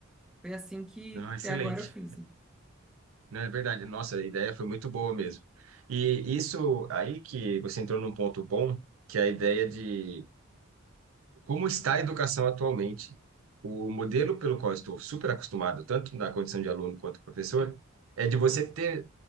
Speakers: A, in the centre; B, on the right.
A: Foi assim que
B: Não, excelente.
A: até agora eu fiz.
B: Não, é verdade. Nossa, a ideia foi muito boa mesmo. E isso aí que você entrou num ponto bom, que é a ideia de como está a educação atualmente. O modelo pelo qual eu estou super acostumado, tanto na condição de aluno quanto professor, é de você ter